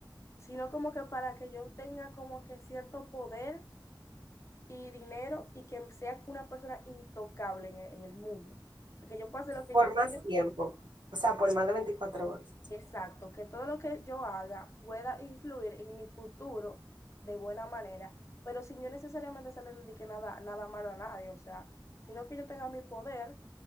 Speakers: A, on the left; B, on the right.
A: sino como que para que yo tenga como que cierto poder y dinero y que sea una persona intocable en el, en el mundo. O sea, que yo pueda hacer lo que
B: Por
A: yo
B: más
A: quiera.
B: tiempo, o sea, por más de veinticuatro horas.
A: Exacto, que todo lo que yo haga pueda influir en mi futuro de buena manera, pero sin yo necesariamente hacerle le indique nada, nada malo a nadie, o sea, sino que yo tenga mi poder,